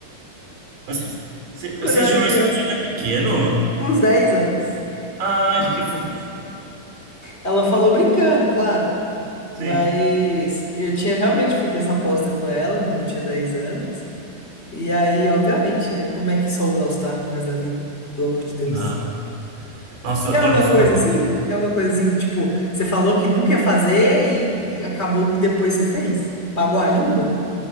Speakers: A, on the right (about 55°); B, on the left (about 15°).
A: Você, você, você
B: Quando eu era
A: jurou
B: criança,
A: isso quando era pequeno?
B: com uns 10 anos.
A: Ai, que fofo.
B: Ela falou brincando, claro.
A: Sim.
B: Mas eu tinha realmente feito essa aposta com ela quando eu tinha 10 anos. E aí, obviamente, né? Como é que só usa All Star pro resto da vida? Pelo amor de Deus.
A: Ah, nossa,
B: Tem alguma
A: eu sou
B: coisa
A: uma.
B: assim? Tem alguma coisa assim que, tipo, você falou que nunca ia fazer e, e acabou que depois você fez? Pagou a língua?